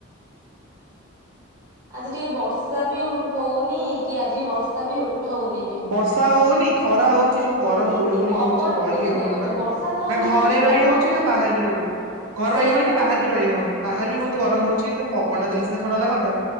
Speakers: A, on the right (about 20°); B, on the right (about 90°).
A: ଆଜି ଟିକେ ବର୍ଷା ବି ଉଠ ହୋଉନି କି ଆଜି ବର୍ଷା ବି ଉଠଉନି ବି।
B: ବର୍ଷା ହୋଉନି ଖରା ହୋଉଛି ଯୋଉ ଗରମ
A: ଦଉନି
B: ଗୁଳୁ
A: କି
B: ଗୁଳି
A: ପବନ
B: ହେଉଛି ରହି
A: ବି ଟିକେ
B: ହେଉନି
A: ଦଉନି
B: ଘରେ।
A: ବର୍ଷା ନହେଲେ
B: ନା ଘରେ
A: ନାହିଁ ତ
B: ରହି
A: ପବନ
B: ହେଉଛି
A: ଟିକେ
B: ନା ବାହାରେ
A: ଦଉ।
B: ବି ରୋ ଘରେ
A: ସେଇ
B: ରହି ହୋଉନି
A: ପରା
B: କି ବାହାର ବି ରହିହୋଉନି। ବାହାରେ ବି
A: ସେଇ
B: ବୋହୁତ ଗରମ
A: ପରା
B: ହୋଉଛି ସେ ପବନ ଟା ଦେଲେ ସିନା ଥଣ୍ଡା ଲାଗନ୍ତା